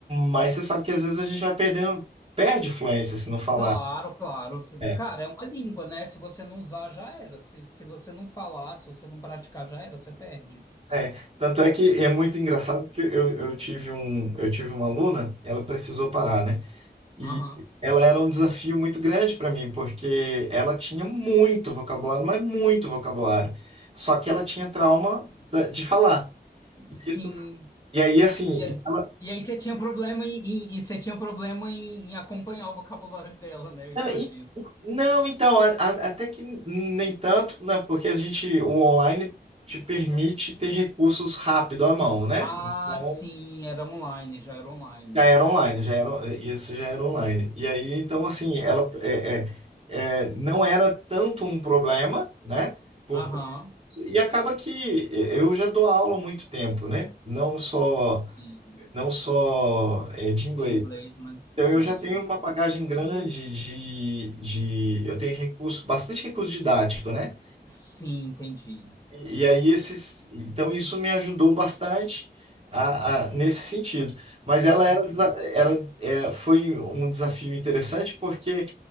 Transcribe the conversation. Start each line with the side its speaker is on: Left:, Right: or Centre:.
Right: Mas você sabe que às vezes a gente vai perdendo, perde fluência se não falar.
Left: Claro, claro.
Right: É.
Left: Cara, é uma língua, né? Se você não usar, já era. Se, se você não falar, se você não praticar, já era, você perde.
Right: É, tanto é que é muito engraçado porque eu, eu tive um, eu tive uma aluna, ela precisou parar, né? E
Left: Aham.
Right: ela era um desafio muito grande para mim, porque ela tinha muito vocabulário, mas muito vocabulário. Só que ela tinha trauma da- de falar.
Left: Sim.
Right: E isso- e aí, assim,
Left: E, é-
Right: ela,
Left: e aí você tinha problema em, em- e você tinha problema em, em acompanhar o vocabulário dela, né? Eu
Right: Não,
Left: imagino.
Right: e- não, então, a- a- até que nem tanto, né? Porque a gente, o online te permite ter recursos rápido à mão, né?
Left: Ah,
Right: Então,
Left: sim, era online, já era online.
Right: já era online, já era, isso já era online. E aí, então, assim, ela é, é, é, não era tanto um problema, né? Por,
Left: Aham.
Right: e acaba que eu já dou aula há muito tempo, né? Não só,
Left: Sim,
Right: não só é, de inglês.
Left: De inglês, mas,
Right: Então, eu
Left: mas
Right: já tenho
Left: de outras.
Right: uma bagagem grande de, de, eu tenho recurso, bastante recurso didático, né?
Left: Sim, entendi.
Right: E, e aí esses, então isso me ajudou bastante a, a- nesse sentido. Mas ela
Left: Sim.
Right: era, era, é, foi um desafio interessante porque